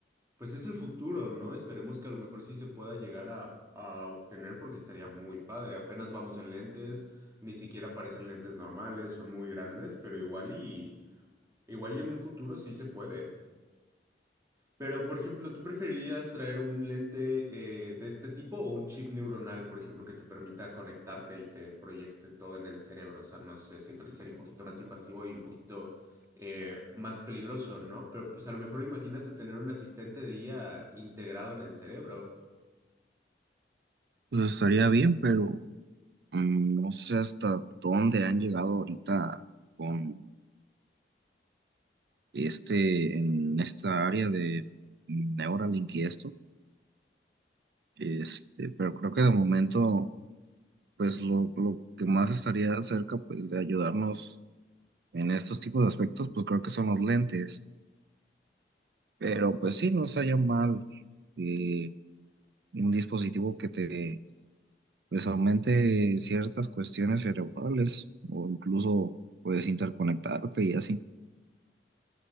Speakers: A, on the right (about 20°); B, on the right (about 65°).
A: pues es el futuro, ¿no? Esperemos que a lo mejor sí se pueda llegar a, a obtener porque estaría muy padre. Apenas vamos en lentes, ni siquiera parecen lentes normales, son muy grandes, pero igual y, igual y en un futuro sí se puede. Pero, por ejemplo, ¿tú preferirías traer un lente eh, de este tipo o un chip neuronal, por ejemplo, que te permita conectarte y te proyecte todo en el cerebro? O sea, no sé, siento que sería un poquito más invasivo y un poquito eh, más peligroso, ¿no? Pero pues a lo mejor imagínate tener un asistente de IA integrado en el cerebro.
B: Pues estaría bien, pero mm, no sé hasta dónde han llegado ahorita con este, en esta área de Neuralink y esto, este, pero creo que de momento, pues lo, lo que más estaría cerca, pues, de ayudarnos en estos tipos de aspectos, pues creo que son los lentes, pero pues sí, no sería mal eh, un dispositivo que te, pues, aumente ciertas cuestiones cerebrales o incluso, puedes interconectarte y así.